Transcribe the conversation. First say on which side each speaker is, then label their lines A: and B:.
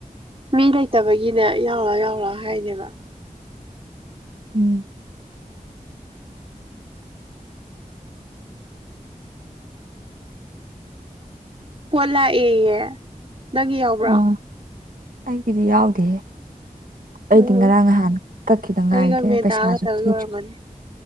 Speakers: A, on the right; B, on the right.
A: ꯃꯤ ꯂꯩꯇꯕꯒꯤꯅꯦ ꯌꯥꯎꯔ ꯌꯥꯎꯔꯥ ꯍꯥꯏꯅꯦꯕ
B: ꯎꯝ
A: ꯐꯣꯂ ꯑꯦꯌꯦ ꯅꯪꯒꯤ ꯌꯥꯎꯕ꯭ꯔꯥ
B: ꯑꯥ ꯑꯩꯒꯤꯗꯤ ꯌꯥꯎꯗꯦ ꯑꯩꯗꯤ
A: ꯎꯝ
B: ꯉꯔꯥꯡ ꯅꯍꯥꯟ ꯀꯛꯈꯤꯗ ꯉꯥꯏꯒꯦ
A: ꯑꯩꯒ ꯃꯦꯗꯥ
B: ꯄꯩꯁꯥꯁꯨ
A: ꯈꯛꯇꯒꯤ
B: ꯊꯤꯗ꯭ꯔꯤ
A: ꯑꯣꯏꯔꯝꯒꯅꯤ